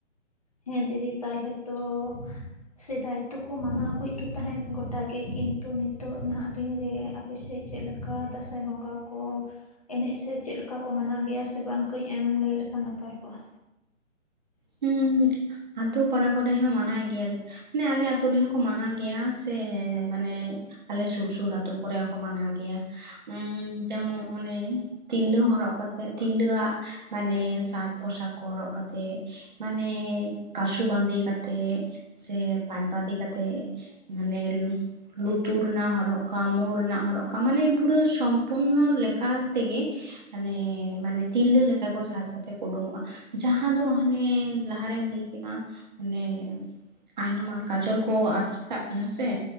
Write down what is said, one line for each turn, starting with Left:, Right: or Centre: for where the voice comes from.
Left: ᱦᱮᱸ ᱫᱤᱫᱤ ᱛᱟᱦᱚᱞᱮ ᱛᱚ ᱥᱮᱫᱟᱭ ᱫᱚᱠᱩ ᱢᱟᱱᱟᱣᱜ ᱜᱮ ᱛᱟᱦᱮᱸᱫ ᱜᱚᱴᱟᱜ ᱜᱮ ᱠᱤᱱᱛᱩ ᱱᱤᱛᱚᱜ ᱱᱟᱦᱟᱜ ᱫᱤᱱ ᱨᱮ ᱟᱯᱮᱥᱮᱫ ᱪᱮᱫ ᱞᱮᱠᱟ ᱫᱟᱸᱥᱟᱭ ᱵᱚᱸᱜᱟ ᱠᱚ ᱮᱱᱮᱡ ᱥᱮ ᱪᱮᱫ ᱞᱮᱠᱟ ᱠᱚ ᱢᱟᱱᱟᱣ ᱜᱮᱭᱟ ᱥᱮ ᱵᱟᱝ ᱠᱟᱹᱡ ᱟᱢ ᱞᱟᱹᱭ ᱞᱮᱠᱷᱟᱱ ᱱᱟᱯᱟᱭ ᱠᱚᱜᱼᱟ᱾ <inaudible>
Right: ᱦᱩᱸ ᱟᱛᱳ ᱯᱟᱲᱟ ᱠᱚᱨᱮ ᱦᱚᱸ ᱢᱟᱱᱟᱣᱮ ᱜᱮᱭᱟ ᱢᱟᱱᱮ ᱟᱞᱮ ᱟᱹᱛᱩ ᱨᱮᱦᱚᱸ ᱠᱚ ᱢᱟᱱᱟᱣ ᱜᱮᱭᱟ ᱥᱮ ᱢᱟᱱᱮ ᱟᱞᱮ ᱥᱩᱨ ᱥᱩᱨ ᱟᱛᱳ ᱠᱚᱨᱮ ᱦᱚᱸᱠᱚ ᱢᱟᱱᱟᱣ ᱜᱮᱭᱟ ᱩ ᱡᱮᱢᱚᱱ ᱚᱱᱮ ᱛᱤᱨᱞᱟᱹ ᱦᱚᱨᱚᱜ ᱠᱟᱛᱮᱜ ᱛᱤᱨᱞᱟᱹᱣᱟᱜ ᱢᱟᱱᱮ ᱥᱟᱡᱽ ᱯᱳᱥᱟᱠ ᱠᱚ ᱦᱚᱨᱚᱜ ᱠᱟᱛᱮᱜ ᱢᱟᱱᱮ ᱠᱟᱥᱩ ᱵᱟᱸᱫᱮ ᱠᱟᱛᱮᱜ ᱥᱮ ᱯᱟᱴ ᱵᱟᱸᱫᱮ ᱠᱟᱛᱮᱜ ᱢᱟᱱᱮ ᱞᱩᱛᱩᱨ ᱨᱮᱱᱟᱜ ᱦᱚᱨᱚᱜ ᱠᱟᱢ ᱢᱩ ᱨᱮᱱᱟᱜ ᱦᱚᱨᱚᱜ ᱠᱟᱢ ᱢᱟᱱᱮ ᱯᱩᱨᱟᱹ ᱥᱚᱢᱯᱩᱨᱱᱚ ᱞᱮᱠᱟ ᱛᱮᱜᱮ ᱢᱟᱱᱮ ᱢᱟᱱᱮ ᱛᱤᱨᱞᱟᱹ ᱞᱮᱠᱟ ᱠᱚ ᱥᱟᱡᱽ ᱠᱟᱛᱮ ᱠᱚ ᱩᱰᱩᱠᱚᱜᱼᱟ ᱡᱟᱦᱟᱸ ᱫᱚ ᱦᱟᱱᱮ ᱞᱟᱦᱟᱨᱮᱧ ᱞᱟᱹᱭ ᱠᱮᱫᱟ ᱚᱱᱮ ᱟᱭᱱᱚᱢ ᱟᱨ ᱠᱟᱡᱚᱞ ᱠᱚ ᱟᱫ ᱠᱟᱫ ᱠᱤᱱᱟ ᱥᱮ